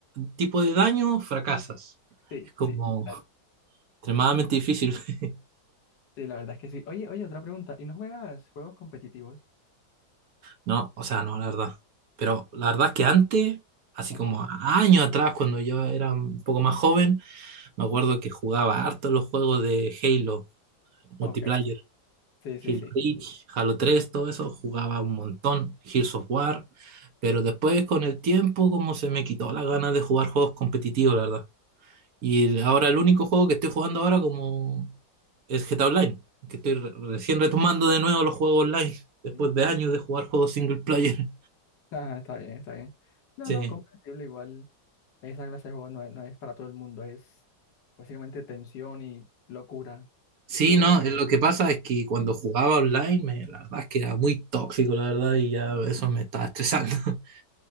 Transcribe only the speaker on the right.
tipo de daño, fracasas.
Es como
extremadamente difícil. <laughs>
No, o sea, no, la verdad. Pero la verdad es que antes, así
como años atrás, cuando yo era un poco más joven, me acuerdo
que jugaba harto los juegos de Halo multiplayer.
Halo
Reach, Halo 3, todo eso jugaba un montón, Gears of War, pero después con el tiempo como se me quitó las ganas de jugar juegos competitivos, la verdad. Y el- ahora el único juego que estoy jugando ahora como es GTA Online, que estoy re- recién retomando de nuevo los juegos online, después
de años de jugar juegos single player. <laughs>
Sí.
Sí,
no, eh, lo que pasa es que cuando
jugaba online, me- la verdad es que era muy tóxico, la verdad, y ya eso me estaba estresando. <laughs>